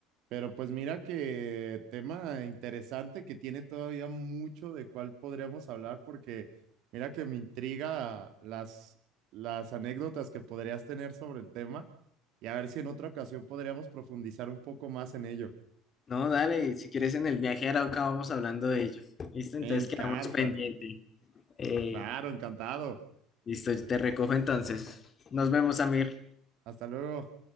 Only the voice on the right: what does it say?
Pero pues mira que tema interesante que tiene todavía mucho de cuál podríamos hablar, porque mira que me intriga las, las anécdotas que podrías tener sobre el tema y a ver si en otra ocasión podríamos profundizar un poco más en ello.
Me
encanta.
Claro, encantado.
Hasta luego.